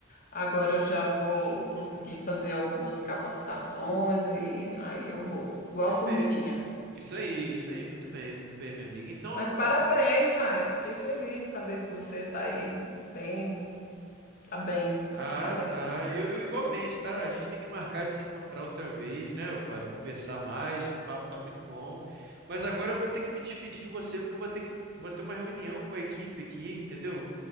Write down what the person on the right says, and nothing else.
Perfeito.
Isso aí, isso aí. Muito bem, muito bem, minha amiga. Então,
Ah,
tá. Eu, eu igualmente, tá? A gente tem que marcar de se encontrar outra vez, né, ô Flávio? Conversar mais, o papo tá muito bom. Mas agora eu vou ter que me despedir de você, porque eu vou ter que, vou ter uma reunião com a equipe aqui, entendeu?